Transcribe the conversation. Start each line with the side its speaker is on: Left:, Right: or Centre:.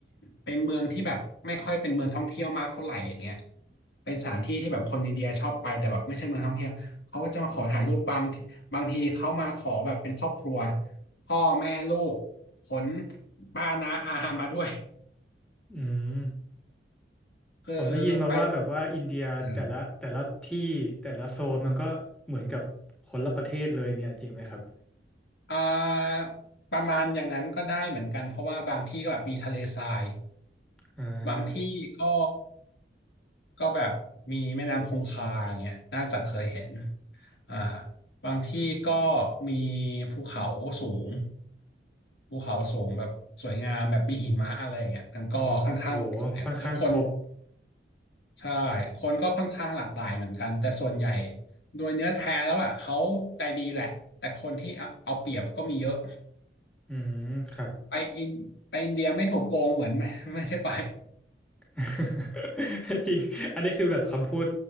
Left: ไปเมืองที่แบบไม่ค่อยเป็นเมืองท่องเที่ยวมากเท่าไหร่อย่างเงี้ยเป็นสถานที่ที่แบบคนอินเดียชอบไปแต่แบบไม่ใช่เมืองท่องเที่ยวเขาก็จะมาขอถ่ายรูปบางบางทีเขามาขอแบบเป็นครอบครัวพ่อแม่ลูกขนป้าน้าอามาด้วย
Centre: อืม
Left: <laughs> คือ
Centre: ผมได้ยินมาว่าแบบว่าอินเดียแต่ละแต่ละที่แต่ละโซนมันก็เหมือนกับคนละประเทศเลยเนี่ยจริงไหมครับ
Left: ไปอืมอ่าประมาณอย่างนั้นก็ได้เหมือนกันเพราะว่าบางที่ก็แบบมีทะเลทราย
Centre: อ่า
Left: บางที่ก็ก็แบบมีแม่น้ำคงคาอย่างเงี้ยน่าจะเคยเห็นอ่าบางที่ก็มีภูเขาสูงภูเขาสูงแบบสวยงามแบบมีหิมะอะไรอย่างเงี้ยมันก็ค่อนข้างหลากหลายแล้วคน
Centre: อ๋อโอ้โหค่อนข้างครบ
Left: ใช่คนก็ค่อนข้างหลากหลายเหมือนกันแต่ส่วนใหญ่โดยเนื้อแท้แล้วอ่ะเขาใจดีแหละแต่คนที่เอาเอาเปรียบก็มีเยอะ
Centre: อืมครับ
Left: ไปอินไปอินเดียไม่ถูกโกงเหมือน <laughs> ไม่ไม่ได้ไป
Centre: <laughs> จริง อันนี้คือแบบคำพูด